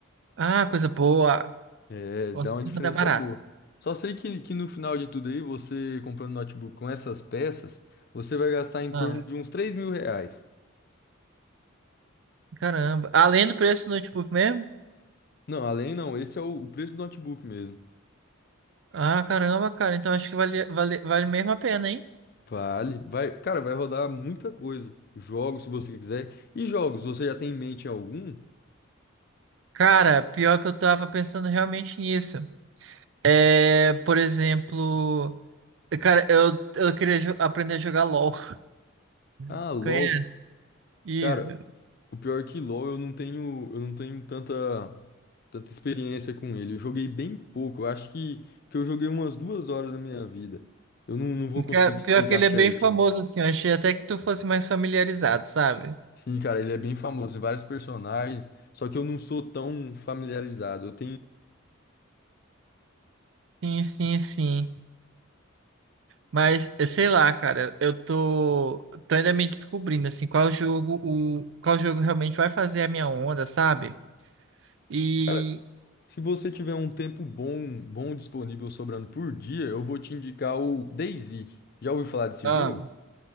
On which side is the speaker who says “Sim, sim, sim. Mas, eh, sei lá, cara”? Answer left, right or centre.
Right